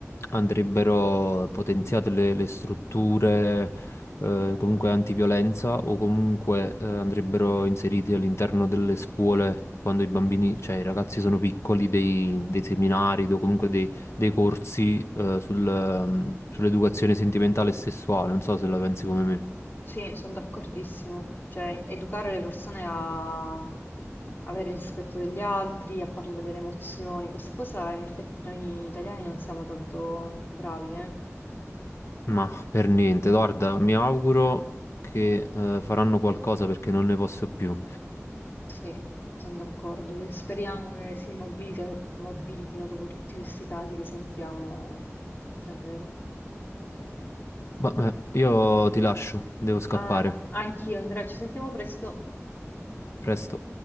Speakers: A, on the left; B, on the left.
A: andrebbero potenziate le, le strutture eh, comunque antiviolenza o comunque eh, andrebbero inseriti all'interno delle scuole quando i bambini, cioè i ragazzi sono piccoli, dei, dei seminari o comunque dei, dei corsi eh, sul, ehm, sull'educazione sentimentale e sessuale. Non so se la pensi come me.
B: Sì, sono d'accordissimo. Cioè, educare le persone a avere rispetto degli altri, a parlare delle emozioni, questa cosa in effetti noi italiani non siamo tanto bravi, eh?
A: Ma per niente, guarda, mi auguro che eh, faranno qualcosa perché non ne posso più.
B: Sì, sono d'accordo. E Speriamo che si mobilito- mobilitino dopo tutti questi casi che sentiamo davvero.
A: Vabbè, io ti lascio, devo scappare.
B: Ah, anch'io, Andrea, ci sentiamo presto.
A: presto